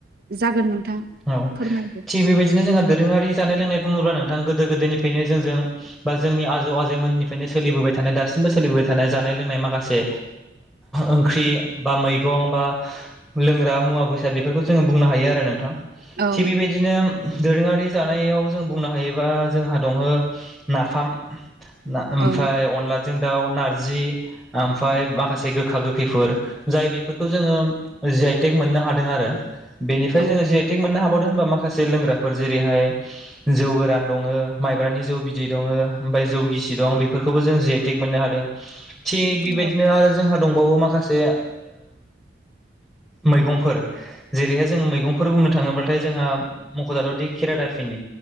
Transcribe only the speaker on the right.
जागोन नोंथां
फोरमायदो
औ
औ
औ
औ